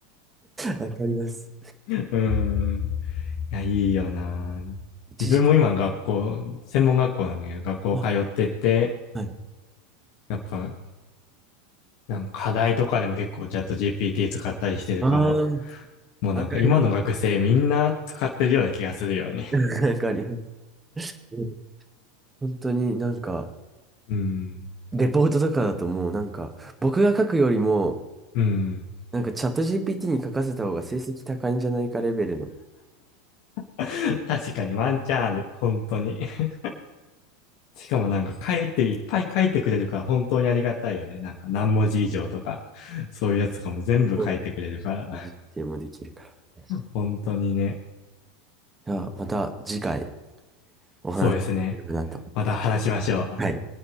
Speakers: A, on the right (about 15°); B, on the left (about 60°).
A: わかります。
B: <laughs> うーん。いや、いいよなー。
A: 一時、
B: 自分も今学校、専門学校なんだけど、学校通ってて、
A: あ、はい。
B: やっぱ、なんか課題とかでも結構チャット GPT 使ったりしてるから、
A: ああ、
B: もうなんか今の学生みんな使ってるような気がするよね。
A: わかります。<laughs> わかります。うん本当になんか、
B: うん。
A: レポートとかだともうなんか、僕が書くよりも、
B: うん。
A: なんかチャット GPT に書かせた方が成績高いんじゃないかレベルの、
B: <laughs> 確かにワンチャンある。本当に。<laughs> しかもなんか書いて、いっぱい書いてくれるから本当にありがたいよね。なんか何文字以上とか、そういうやつとかも全部書いてくれるから。
A: そうなんで
B: <laughs>
A: す実験もできるから。じ
B: 本当にね。
A: ゃあ、また次回お話しできればなと。
B: そうですね。また話しましょう。
A: はい。